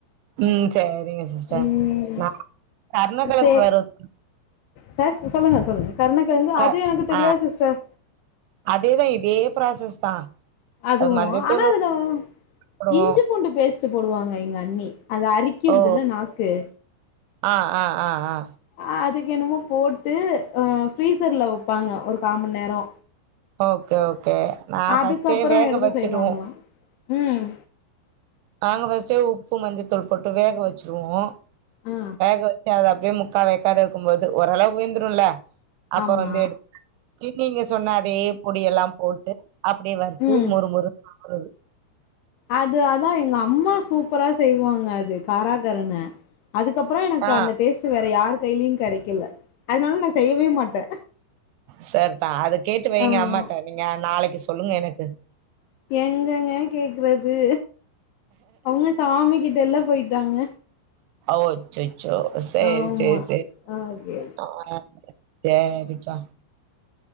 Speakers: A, on the right; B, on the left.
A: ம் சரிங்க சிஸ்ட
B: ம்
A: நா கர்ணக்கிழங்
B: சே
A: வறோத்
B: சார் ஸு சொல்லுங்க சொல்லுங்க கருணக்கிழங்கு
A: க
B: அது எனக்கு தெரியா
A: ஆ
B: சிஸ்டர்
A: அதேதா இதே ப்ராசஸ் தா
B: அதுவு
A: அது மஞ்சத்தூள்
B: ஆனா அதுலுவ்
A: போடுவோ
B: இஞ்சி பூண்டு பேஸ்ட்டு போடுவாங்க எங்க அண்ணி அத அரிக் க்கீடுதுல
A: ஓ
B: நாக்கு
A: ஆ ஆ ஆ ஆஆ
B: அ அதுக்கு என்னமோ போட்டு அ ஃப்ரீசர்ல வுப்பாங்க ஒரு கா மண் நேரோ
A: ஓகே ஓகே நா
B: அதுக்கப்புறோ
A: ஃபஸ்ட்டே வேக
B: எடுத்து
A: வச்சிடுவு
B: செய்வாங்களா ம்
A: நாங்க ஃபஸ்ட்டுவ் உப்பு மஞ்சத்தூள் போட்டு வேக வச்சிருவோ
B: ஆ
A: வேக வத்தி அத் அப்டேமு காரே கட இருக்கும் போது ஓரளவ் உய்ந்துருல்ல அப்ப
B: ஆமா
A: வந்து எடு கி நீங்கிஸ் சொன்னா அதே பொடி எல்லாம் போட்டு அப்படே வறுத்து
B: ம்
A: மொறு மொறு சாப்புறுது
B: அது அதா எங் அம்மா சூப்பரா செய்வாங்க அது காராக் கருனே அதுக்கப்பறோ எனக்
A: ஆ
B: அந்த டேஸ்ட்டு வேற யார் கைலியு கடைக்கல அதனால் நா செய்யவே மாட்ட
A: சர்தா அது கேட்டு வையுங்க
B: ஆ
A: அம்மாட்ட நீங்க நாளைக்கு சொல்லுங் எனக்கு
B: எங்கங்க கேக்றது அவ்ங்க சாமி கிட்டல்லா போய்ட்டாங்க
A: அவோ அச்சச்சோ சய்
B: ஆமா
A: செர் செர் <inaudible>
B: ஓகே
A: தேரிக்கா